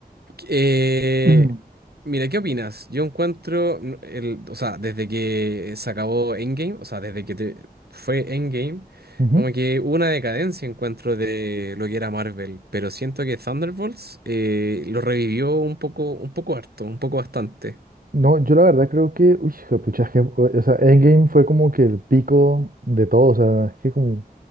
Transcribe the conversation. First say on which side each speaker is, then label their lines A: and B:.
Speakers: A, on the right (about 75°); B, on the right (about 60°).
A: Eh,
B: <clears throat>
A: mira, ¿qué opinas? Yo encuentro, n- el, o sea, desde que se acabó Endgame, o sea, desde que te- fue Endgame,
B: Ujú.
A: como que hubo una decadencia, encuentro, de lo que era Marvel. Pero siento que Thunderbolts eh, lo revivió un poco, un poco harto, un poco bastante.
B: No, yo la verdad creo que, uy, pucha, es que, o sea, Endgame fue como que el pico de todo, o sea, es que como, O